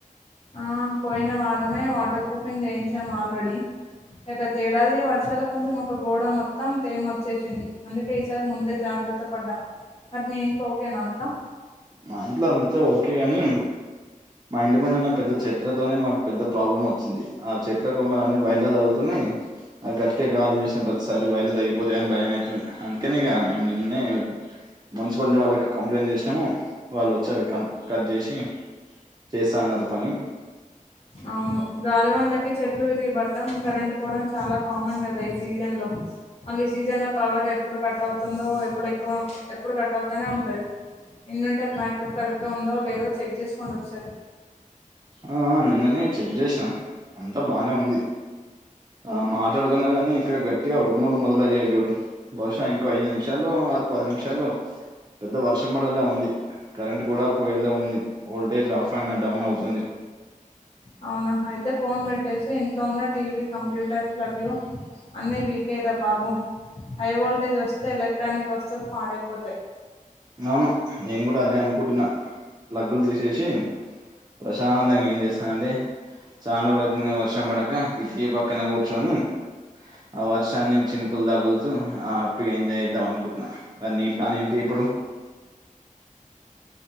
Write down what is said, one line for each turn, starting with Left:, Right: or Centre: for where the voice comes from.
Left: ఆ పోయిన వారమే వాటర్ ప్రూఫింగ్ చేయించాం ఆల్రెడీ గత ఎడాది వర్షాల కొంచెం ఒక గోడ మొత్తం తేమ వచ్చేసింది. అందుకే ఈసారి ముందే జాగ్రత్త జాగ్రత పడ్డాం మరి మీ ఇంట్లో ఓకేనా అంతా
Right: మా ఇంట్లో అంతే ఓకే గాని మా ఇంటి ముందు ఉన్న పెద్ద చెట్లతోనే మాకు పెద్ద ప్రాబ్లం వచ్చింది. ఆ చెట్ల కొమ్మలు అన్ని వైల్లా తగులుతున్నాయి. ఆ గట్కే గాలి వీసిన ప్రతిసారి వయర్లు తే గిపోతాయిని భయంఅయితుంది. అందుకనిగా మేము నిన్ననే మున్సిపాలిటీ వాళ్ళకి కంప్లైంట్ చేసినాము. వాళ్ళు వోచ్చి అవి క కట్ చేసి చేస్తా అన్నారు పని
Left: అవును గాలి వన్లకి చె ట్లు విరిగి బట్టం, కరెంట్ పోవడం చాలా కామన్ కదా ఈ సీజన్ లో మళ్ళ సీజన్ లో పవర్ ఎప్పుడు ఎప్పుడు కట్ అవుతుందో ఎప్పుడు ఎక్కువ ఎప్పుడు కట్ అవుతానే ఉంటది. ఇన్వెంటర్ బ్యాకప్ కరెక్ట్గా ఉందో లేదో చెక్ చేసుకోండి ఒకసారి
Right: ఆ ఆ నిన్ననే చెక్ చేసాం అంతా బానే ఉంది. ఆ మాట్లాడుతున్నా గాని ఇక్కడ గట్టిగా ఉరుమలు మొదలయ్యాయి చూడు బహుశా ఇంకో ఐదు నిమిషాలు ఆరు పద నిమిషాల్లో పెద్ద వర్షం పడేలా ఉంది. కరెంట్ కూడ పోయేలా ఉంది ఓల్టేజ్ ఆఫ్ అండ్ డౌన్ అవుతుంది.
Left: అవునా అయితే ఫోన్ పెట్టేసి ఇంట్లో ఉన్న టీవీ కంప్యూటర్ ప్లగ్లు అన్నీ వికేరా బాబు హై వోల్టేజ్ వస్తే ఎలక్ట్రానిక్ వస్తువులు పాడైపోతాయి.
Right: అవును నేను కూడ అదే అనుకుంటున్నా రగ్గులు తీసేసి ప్రశాంతంగా ఏం చేస్తానండి చాన రోజులు అయితుంది గదా వర్షం పడక కిటికీ పక్కన కూర్చోని ఆ వర్షాన్ని చినుకులు తగులుతూ ఆ హ్యపీగా ఎంజాయ్ చేద్దాం అనుకుంటున్నా మరి నీ ప్లాన్ ఏంటి ఇప్పుడు